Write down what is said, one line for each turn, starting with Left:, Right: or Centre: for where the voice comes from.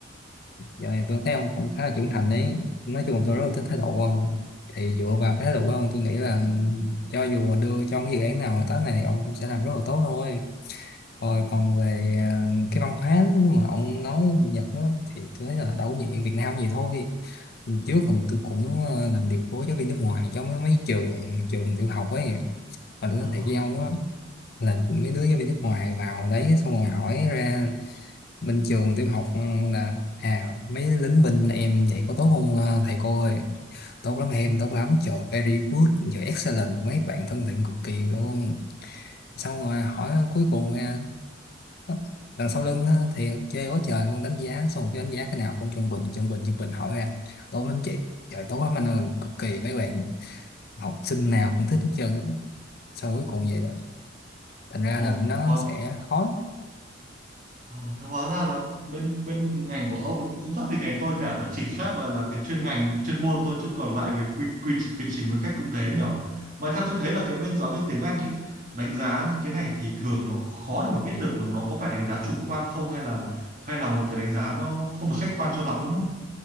Left: giờ này tôi thấy ông cũng khá là trưởng thành ấy nói chung là tôi rất là thích thái độ của ông thì dựa vào cái thái độ của ông tôi nghĩ là cho dù đưa cho cái dự án nào hợp tác này thì ông cũng sẽ làm rất là tốt thôi Rồi còn về ờ, cái văn hóa mà ông nói bên Nhật á, thì tôi thấy là đâu có gì Việt Nam gì thôi. Lần Trước còn tôi cũng ờ, làm điều phối giáo viên nước ngoài trong mấy mấy trường trường tiểu học ấy. Mà tôi
Right: Ờ,
Left: nói thiệt với ông á, là mấy đứa giáo viên nước ngoài vào đấy xong rồi hỏi ra bên trường tiểu học ừ, là à mấy lính binh em vậy có tốt không ờ, thầy cô ơi? Tốt lắm em, tốt lắm, trời very good, trời excellent, mấy bạn thân thiện cực kỳ luôn. Xong rồi hỏi cuối cùng ra Đó. đằng sau lưng á, thì chê quá trời luôn đánh giá xong một cái đánh giá cái nào cũng trung bình trung bình trung bình hỏi ra tốt lắm chị trời tốt lắm anh ơi cực kỳ mấy bạn học sinh nào cũng thích hết trơn á xong cuối cùng vậy đó thành ra
Right: ồ
Left: là nó
Right: oh,
Left: sẽ khó lắm.
Right: Ồ, thế hóa ra là bên bên ngành của ông nó cũng không khác gì ngành tôi cả nó chỉ khác là là cái chuyên ngành chuyên môn thôi chứ còn lại về quy quy trình- quy trình với cách cũng thế nhở mà theo tôi thấy là cái bên giáo viên tiếng Anh ý đánh giá những cái này thì thường nó khó để mà biết được nó nó có phải đánh giá chủ quan không hay là hay là một cái đánh giá nó không được khách quan cho lắm đúng không?